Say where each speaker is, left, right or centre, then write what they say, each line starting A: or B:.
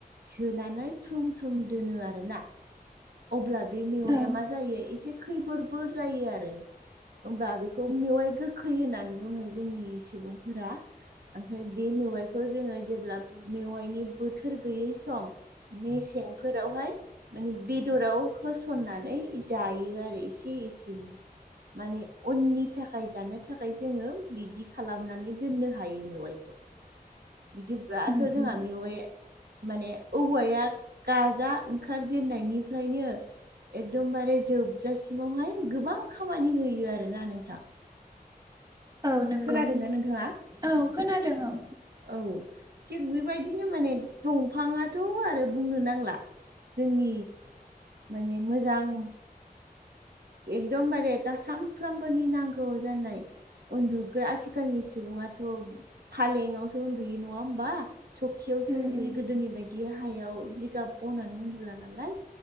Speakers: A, on the right; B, on the right.
A: सोनानै थुम थुम दोनो आरोना अब्ला बे मेवाआ
B: औ
A: मा जायो एसे खैफोरफोर जायो आरो ओमबा बेखौ मेवाय गोखै होननानै बुङो जोंनि सुबुंफोरा ओमफ्राय बे मेवाइखौ जोङो जेब्ला मेवाइनि बोथोर गैयै सम मेसेंफोरावहाय माने बेदराव होसननानै जायो आरो एसे एसेनो। माने उननि थाखाय जानो थाखाय जोङो बिदि खालामनानै दोननो हायो मेवाइखौ बिदिब्लाथ'
B: उम
A: जोंहा
B: उम
A: मेवाइया माने औवाया गाजा ओंखारजेननायनिफ्रायनो एकदमबारे जोबजासिमावहाय गोबां खामानि होयो आरोना नोंथां
B: औ नंगौ
A: खोनादोंना नोंथाङा
B: औ खोनादों औ
A: औ थिग बेबायदिनो माने दंफाङाथ' आरो बुंनो नांला जोंनि माने मोजां एकदमबारे सामफ्रामबोनि नांगौ जानाय उन्दुग्रा आथिखालनि सुबुङाथ' फालेङावसो उन्दुयो नङा ओमबा सकियावसो
B: उम
A: उन्दुयो गोदोनि बायदि हायाव जिगाब बनानै उन्दुला नालाय